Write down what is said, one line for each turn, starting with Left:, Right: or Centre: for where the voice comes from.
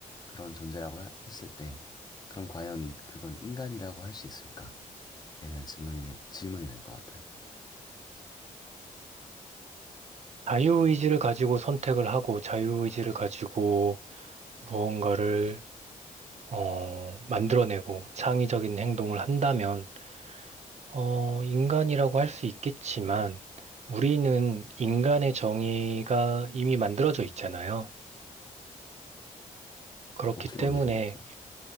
Left: 그런 존재라고 하- 했을 때, 그럼 과연 그건 인간이라고 할 수 있을까에 대한 질문이, 질문이 될 것 같아요.
Right: 자유의지를 가지고 선택을 하고 자유의지를 가지고 무언가를 어, 만들어내고 창의적인 행동을 한다면 어, 인간이라고 할 수 있겠지만 우리는 인간의 정의가 이미 만들어져 있잖아요. 그렇기
Left: 어떻게
Right: 때문에
Left: 만들어져 있죠?